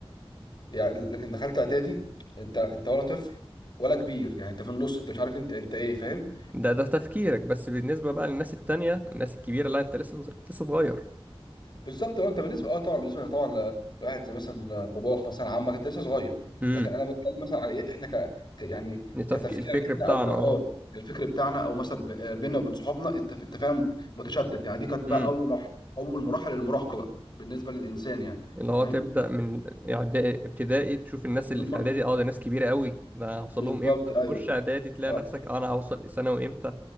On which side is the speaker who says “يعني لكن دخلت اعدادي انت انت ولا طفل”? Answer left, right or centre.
Left